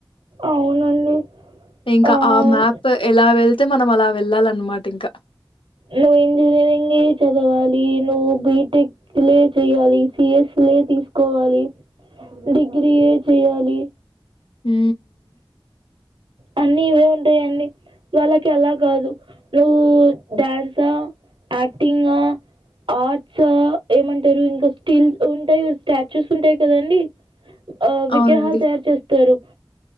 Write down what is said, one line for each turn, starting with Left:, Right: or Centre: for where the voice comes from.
Right: అవునండి.
Left: ఇంకా
Right: ఆహ్,
Left: ఆ మ్యాప్ ఎలా వెళ్ తే మనం అలా వెళ్ళాలి ఆన్నమాట ఇంకా
Right: నువ్వు ఇంజనీరింగ్ చదవాలి నువ్వు బిటెక్లే చెయ్యాలి సిఎస్ సి లే తీసుకోవాలి డిగ్రీ ఏ చేయాలి
Left: ఊ
Right: అన్నీ ఇవే ఉంటాయి అండి వాళ్ళకి అలా కాదు నువ్వు డ్యాన్సా యాక్టింగ్ ఆ ఆర్ట్స్ ఏమంటారు ఇంకా స్టిల్ ఉంటాయి స్టాచ్యూస్ ఉంటాయి కదండి ఆ విగ్రహాలు
Left: అవునండి.
Right: తయారు చేస్తారు